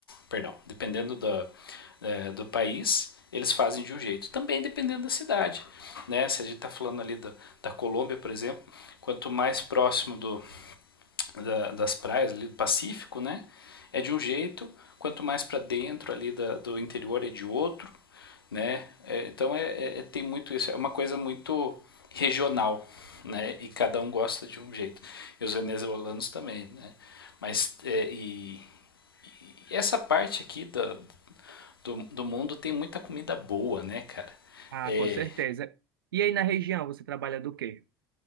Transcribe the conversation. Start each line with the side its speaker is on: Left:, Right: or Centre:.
Left: perdão, dependendo do, é, do país, eles fazem de um jeito. Também dependendo da cidade. Né? Se a gente está falando ali da, da Colômbia, por exemplo, quanto mais próximo do, da, das praias ali do Pacífico, né? É de um jeito, quanto mais para dentro ali da, do interior é de outro né? É, então é, é, é, tem muito isso, é uma coisa muito regional, né? E cada um gosta de um jeito. E os venezuelanos também, né? Mas é, e, e essa parte aqui da, do, do mundo tem muita comida boa, né, cara?
Right: Ah,
Left: É,
Right: com certeza. E aí, na região, você trabalha do quê?